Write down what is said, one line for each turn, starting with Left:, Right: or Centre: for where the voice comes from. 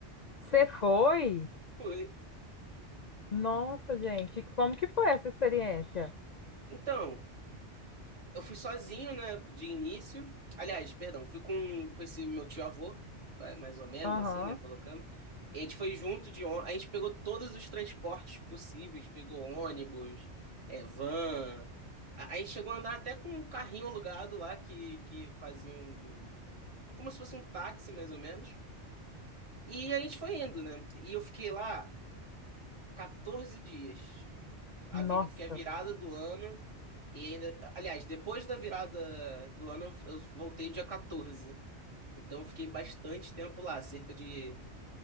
Left: você foi?
Right: Fui.
Left: Nossa, gente, como que foi essa experiência?
Right: Então, Eu fui sozinho, né, de início. Aliás, perdão, fui com, com esse meu tio-avô, ma- mais ou menos
Left: Aham.
Right: assim, né, colocando. E a gente foi junto de ônibus, a gente pegou todos os transportes possíveis, pegou ônibus, é, van. A, a gente chegou a andar até com um carrinho alugado lá que, que fazia um, um, como se fosse um táxi, mais ou menos. E a gente foi indo, né? E eu fiquei lá 14 dias a
Left: Nossa.
Right: vi- eu fiquei a virada do ano e ainda, aliás, depois da virada do ano eu eu voltei dia 14. Então eu fiquei bastante tempo lá, cerca de